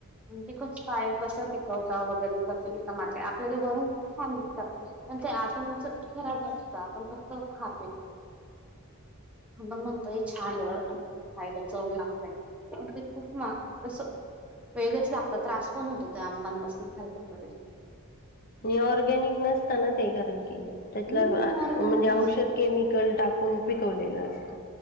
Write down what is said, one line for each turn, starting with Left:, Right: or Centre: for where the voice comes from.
Centre: म्हण ते कसं बाहेर कसं पिकवता वगैरे कसं दििचा मार्केट आपल्याला वरून ख छान दिसतात पण ते आतून असं खराब असतं आपण फक्त खातो ह पण म्हणतोय छान ए पण खायला चव लागतय ते खूप अस वेगळेच लागत त्रास पण होतो त्या आंबांपासून खाल्लं तरे
Left: ऑर्गॅनिक नसताना ते कारण के त्यात
Centre: हम्म ऑर्गॅनिक
Left: म्हणजे औषध
Centre: नसतं.
Left: केम िकल टाकून पिकवलेलं असत